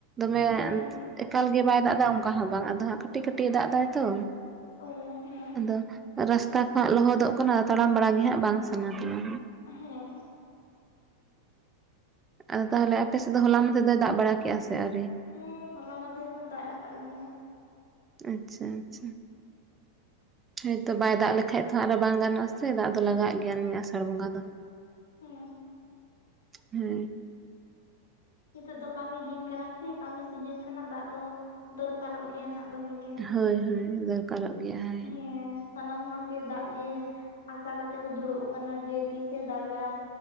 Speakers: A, on the right; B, on the left.
A: ᱫᱚᱢᱮ
B: ᱦᱮᱸ
A: ᱮᱠᱟᱞ ᱜᱮ ᱵᱟᱭ ᱫᱟᱜ ᱮᱫᱟ᱾ ᱚᱱᱠᱟ ᱦᱚᱸ ᱵᱟᱝ ᱟᱫᱚ ᱦᱟᱸᱜ ᱠᱟᱹᱴᱤᱡ ᱠᱟᱹᱴᱤᱡ ᱮ ᱫᱟᱜᱽ ᱮᱫᱟᱭ ᱛᱚ᱾
B: ᱚ ᱦᱮᱸ ᱦᱮᱸ
A: ᱟᱫᱚ ᱨᱟᱥᱛᱟ ᱠᱚ ᱦᱟᱜ ᱞᱚᱦᱚᱫᱚᱜ ᱠᱟᱱᱟ᱾ ᱛᱟᱲᱟᱢ ᱵᱟᱲᱟ ᱜᱮ ᱦᱟᱸᱜ ᱵᱟᱝ ᱥᱟᱱᱟ ᱠᱟᱱᱟ᱾
B: ᱦᱮᱸ᱾
A: ᱟᱫᱚ ᱛᱟᱦᱞᱮ ᱟᱯᱮ ᱥᱮᱫ ᱫᱚ ᱦᱚᱞᱟ ᱢᱽᱫᱷᱮ ᱫᱚᱭ ᱫᱟᱜ ᱵᱟᱲᱟ ᱠᱮᱜᱼᱟ ᱥᱮ ᱟᱹᱣᱨᱤ?
B: ᱦᱮᱸ ᱦᱚᱞᱟ ᱢᱟᱫᱷᱮᱨ ᱦᱚᱸ ᱫᱟᱜ ᱟᱠᱟᱫ ᱜᱮᱭᱟ᱾
A: ᱟᱪᱪᱷᱟ, ᱟᱪᱪᱷᱟ᱾ ᱦᱳᱭᱛᱚ ᱵᱟᱭ ᱫᱟᱜ ᱞᱮᱠᱷᱟᱡ ᱛᱚ᱾ ᱟᱨᱚ ᱵᱟᱝ ᱜᱟᱱᱚᱜᱼᱟ ᱥᱮ ᱫᱟᱜ ᱫᱚ ᱞᱟᱜᱟᱜ ᱜᱮᱭᱟ᱾ ᱱᱤᱭᱟᱹ ᱟᱹᱥᱟᱲ ᱵᱚᱸᱜᱟ ᱫᱚ
B: ᱦᱮᱸ᱾
A: ᱦᱮᱸ᱾
B: ᱱᱤᱛᱚᱜ ᱫᱚ ᱠᱟᱹᱢᱤ ᱫᱤᱱ ᱠᱟᱱᱟ ᱥᱮ ᱠᱟᱹᱢᱤ ᱥᱤᱡᱤᱱ ᱠᱟᱱᱟ ᱫᱟᱜ ᱫᱚ ᱫᱚᱨᱠᱟᱨᱚᱜ ᱜᱮᱭᱟ ᱱᱷᱟᱜ ᱫᱚᱢᱮ ᱜᱮ
A: ᱦᱳᱭ ᱦᱳᱭ ᱫᱚᱨᱠᱟᱨᱚᱜ ᱜᱮᱭᱟ᱾ ᱦᱳᱭ
B: ᱦᱮᱸ ᱥᱟᱱᱟᱢ ᱦᱚᱲ ᱜᱮ ᱫᱟᱜ ᱜᱮ ᱟᱥᱟ ᱠᱟᱛᱮ ᱠᱚ ᱫᱩᱲᱩᱵ ᱠᱟᱱᱟ ᱡᱮ ᱛᱤᱥ ᱮ ᱫᱟᱜ-ᱟ